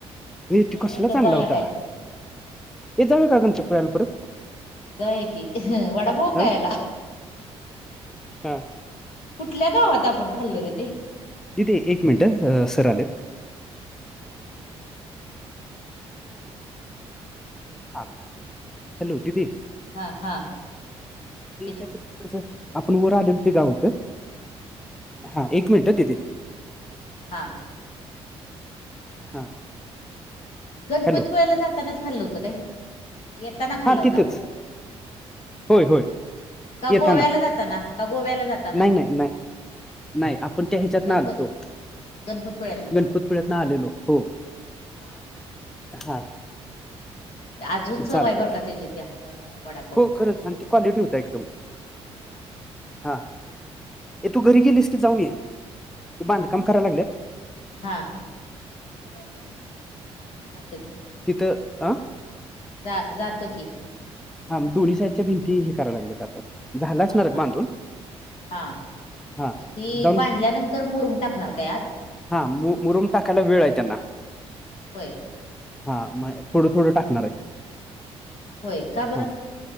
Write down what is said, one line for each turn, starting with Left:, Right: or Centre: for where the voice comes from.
Centre: म तू
Left: हेनी
Centre: कसला
Left: म्हणत्यात
Centre: चांगला
Left: जाऊया
Centre: होता
Left: काय
Centre: हे जावे कागन चपळाला परत
Left: दयग वड रोकायला
Centre: हा हा
Left: कुठल्या गावात आपण खाल्लो रे ते
Centre: दी ते एक मिनटं सर आलेत
Left: हा हम्
Centre: आ हॅलो ददी
Left: हा हा
Centre: ते
Left: किती
Centre: काय तर तिकडच आपण वर आले ते गावत हा एक मिनिट दिदी
Left: हा
Centre: हां
Left: गणपतीपुळ्याला
Centre: हॅलो
Left: जातानाच खाल्लं होतं काय येताना खाल्ला
Centre: हां
Left: होता
Centre: तिथंच
Left: आपण
Centre: होय
Left: ह
Centre: होय
Left: का
Centre: येताना
Left: गोव्याला जाताना ह गोव्याला जात
Centre: नाही नाही नाही नाही आपण त्या ह्याच्यात नालतो
Left: गणप गणपतपुळ्यातनं
Centre: गणपती तन आलेलो हो
Left: हा हा
Centre: हां
Left: अजूनच वायबर
Centre: चालतंय
Left: काात्याची त्या वडापावची
Centre: हो खरंच आणि ती क्वालिटी होता एकदम
Left: हा तेच
Centre: हा
Left: की हा.
Centre: तू घरी की लिस्ट जाऊन ये ते बांध काम करायला लागलेत
Left: हा बरबर हम्म जातो की
Centre: किथ आ
Left: जा जातो की
Centre: हां दोन्ही साईडच्या भिती हे कराय लाल्यात आ ते झालं असणार
Left: हा
Centre: आहेत
Left: हा
Centre: बांधून
Left: हा
Centre: हा
Left: मग ती
Centre: जाऊन
Left: बांधल्यानंतर मुरूम टाकणार काय आत
Centre: हा मु मुरम टाकायला वेळ आहे त्यांना
Left: होय
Centre: हा मग थोडं थोडं टाकणार आहे
Left: होय का बरं
Centre: हा